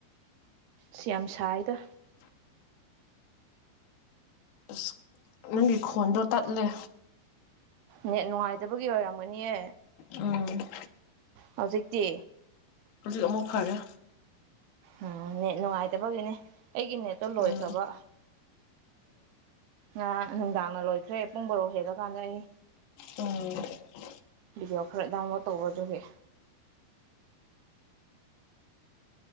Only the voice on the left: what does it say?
ꯑꯁ ꯅꯪꯒꯤ ꯈꯣꯟꯗꯣ ꯇꯠꯂꯦ
ꯎꯝ
ꯍꯧꯖꯤꯛ ꯑꯃꯨꯛ ꯐꯔꯦ
ꯎꯝ
ꯎꯝ